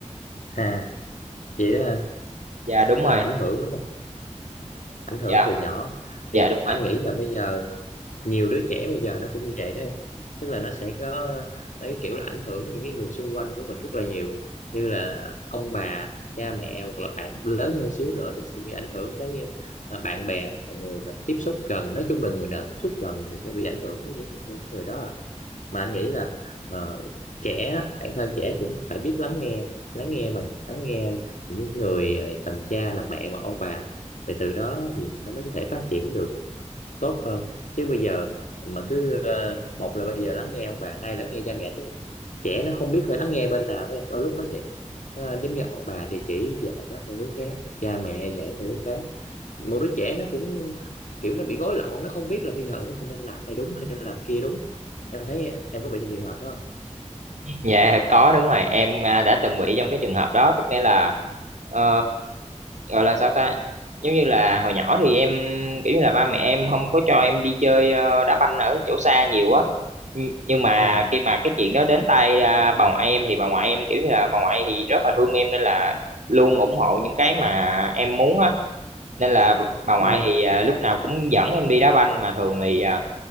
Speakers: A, on the left; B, on the right.
A: à vậy đó,
B: dạ đúng
A: nó
B: rồi
A: là ảnh hưởng đúng không ảnh hưởng
B: dạ
A: từ nhỏ
B: dạ
A: thì
B: đúng
A: anh
B: rồi
A: nghĩ là bây giờ nhiều đứa trẻ bây giờ nó cũng vậy đó em tức là nó sẽ có cái kiểu là ảnh hưởng những cái người xung quanh của mình rất là nhiều như là ông bà cha mẹ hoặc là bạn lớn hơn xíu nữa thì sẽ bị ảnh hưởng tới như là bạn bè là người mà tiếp xúc gần nói chung là người nào tiếp xúc gần thì sẽ bị ảnh hưởng tới những người, những người đó à. mà anh nghĩ là ờ, trẻ bản thân trẻ cũng phải biết lắng nghe lắng nghe mình lắng nghe những cái người ờ, tầm cha làm mẹ hoặc ông bà thì từ đó thì nó mới có thể phát triển được tốt hơn chứ bây giờ mà cứ ờ, một là bây giờ lắng nghe ông bà hai lắng nghe cha mẹ tức là trẻ nó không biết phải lắng nghe bên nào đó em đôi lúc nó vậy đó nó, giống như ông bà thì chỉ dạy nó theo hướng khác rồi cha mẹ dạy theo hướng khác một đứa trẻ nó cũng kiểu nó bị gối lộn nó không biết là bây giờ mình nên làm cái này đúng hay nên làm kia đúng em thấy em có bị trong trường hợp đó không
B: Dạ có đúng rồi em à, đã từng bị trong cái trường hợp đó tức nghĩa là ờ, gọi là sao ta giống như là hồi nhỏ thì em kiểu như là ba mẹ em không có cho em đi chơi ờ, đá banh ở chỗ xa nhiều á Nh- nhưng mà
A: ừ
B: khi mà cái chuyện đó đến tay à, bà ngoại em thì bà ngoại em kiểu như là bà ngoại thì rất là thương em nên là luôn ủng hộ những cái mà em muốn á nên là bà ngoại
A: ừ.
B: thì à, lúc nào cũng dẫn em đi đá banh mà thường thì à,